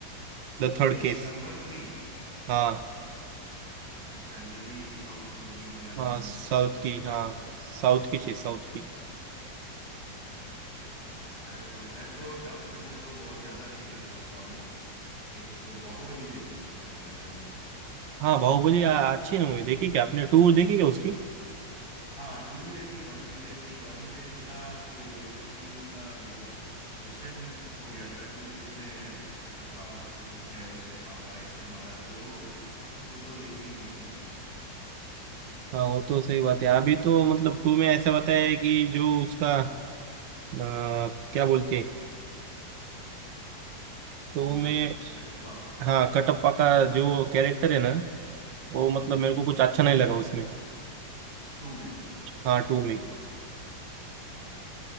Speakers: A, on the right; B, on the left.
A: the third
B: Case
A: case
B: number three
A: हाँ
B: अच्छा ये भी साउथ की होगी मलयालम
A: हाँ साउथ
B: या फिर तेलुगु
A: की
B: तमिल
A: हाँ साउथ की चाहिए साउथ की
B: हम्म अच्छा है तो मैं तो डब फिल्में तो बहुत ज्यादा नहीं देख पाता हूँ एक बाहुबली देखी थी मैंने डब फिल्म
A: हाँ बाहुबली आ- अच्छी मूवी देखी क्या आपने टूर देखी क्या उसकी
B: हाँ टू भी देखी वन भी देखी वन में इतना क्यूरियोसिटी इतना वो क्वेश्चंस हो गया था कि किसने कटप्पा को किसने उसने मारा इसने मारा तो वो टू तो देखनी ही देखनी थी
A: हाँ वो तो
B: तो
A: सही बात है अभी तो मतलब टू में ऐसा बताया है कि जो उसका क्या बोलते हैं तो
B: हम्म
A: मैं
B: कटप्पा
A: हाँ कटप्पा का जो कैरेक्टर है ना वो
B: हम्म
A: मतलब मेरे को कुछ अच्छा नहीं लगा उसमें
B: टू में
A: हाँ टू में
B: हाँ